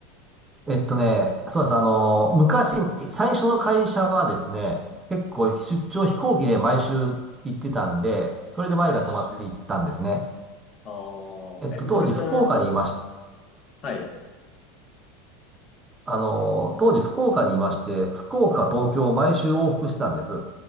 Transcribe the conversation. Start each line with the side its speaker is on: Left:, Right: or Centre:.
Right: う。えっとね、そうです。あの、昔、最初の会社はですね、結構出張飛行機で毎週行ってたんで、それでマイルが溜まっていったんですね。
Left: 毎週。あ
Right: えっと、
Left: あ、え、乗ると、
Right: 当時福岡にいまし、
Left: はい、
Right: あの、当時福岡にいまして、福岡、東京を毎週往復してたんです。